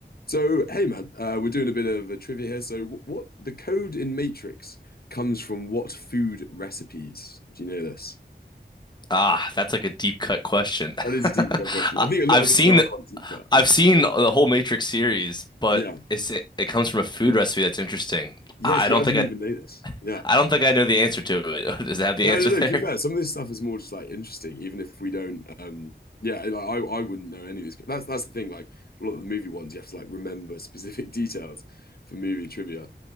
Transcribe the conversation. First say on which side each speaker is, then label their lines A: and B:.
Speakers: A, on the left; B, on the left.
A: So, hey man, uh, we're doing a bit of a trivia here. So, what, what the code in Matrix comes from what food recipes? Do you know this?
B: Ah, that's like a deep cut question.
A: That
B: <laughs>
A: is a deep cut question.
B: I,
A: I think a lot
B: I've seen
A: of these are quite deep cut.
B: I've seen the whole Matrix series, but
A: Yeah.
B: it's it, it comes from a food recipe that's interesting.
A: Yes,
B: I, I
A: yeah,
B: don't
A: I didn't
B: think I
A: even know this. Yeah.
B: I don't think I know the answer to it. <laughs> Does it have the
A: No,
B: answer
A: no, no.
B: there?
A: To be fair,
B: <laughs>
A: some of this stuff is more just like interesting, even if we don't. Um, yeah, like I, I wouldn't know any of these. That's that's the thing. Like a lot of the movie ones, you have to like remember specific <laughs> details for movie trivia.